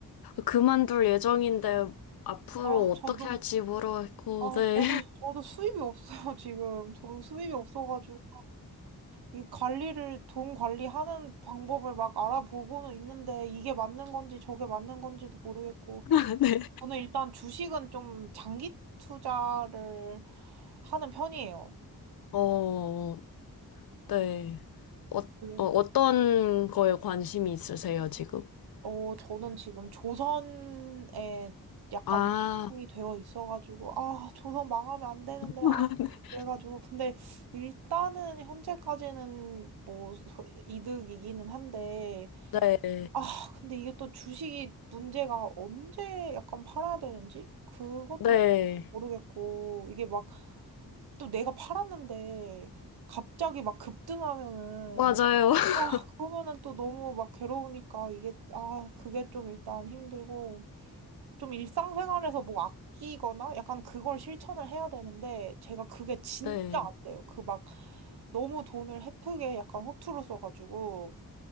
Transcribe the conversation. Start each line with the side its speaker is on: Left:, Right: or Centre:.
Left: 그만둘 예정인데, 앞으로
Right: 아,
Left: 어떻게
Right: 저도,
Left: 할지 모르겠고,
Right: 아,
Left: 네.
Right: 저도, 저도 수입이 없어요, <laughs> 지금. 저도 수입이 없어가지고, 이 관리를, 돈 관리하는 방법을 막 알아보고는 있는데, 이게 맞는 건지 저게 맞는 건지도 모르겠고,
Left: <laughs> 네.
Right: 저는 일단 주식은 좀 장기 투자를 하는 편이에요.
Left: 어, 네. 어, 어,
Right: 그래서.
Left: 어떤 거에 관심이 있으세요, 지금?
Right: 어, 저는 지금 조선에 약간
Left: 아,
Right: 모형이 되어 있어가지고, 아, 조선 망하면 안 되는데,
Left: <laughs>
Right: 아, 그래가지고. 근데 일단은 현재까지는 뭐 소- 이득이기는 한데,
Left: 네.
Right: 아, 근데 이게 또 주식이 문제가 언제 약간 팔아야 되는지? 그것도
Left: 네.
Right: 잘 모르겠고, 이게 막 또 내가 팔았는데 갑자기 막 급등하면은
Left: 맞아요.
Right: 아,
Left: <laughs>
Right: 그러면은 또 너무 막 괴로우니까 이게, 아, 그게 좀 일단 힘들고, 좀 일상생활에서 뭐 아끼거나 약간 그걸 실천을 해야 되는데, 제가 그게 진짜
Left: 네.
Right: 안 돼요. 그 막 너무 돈을 헤프게 약간 허투루 써가지고,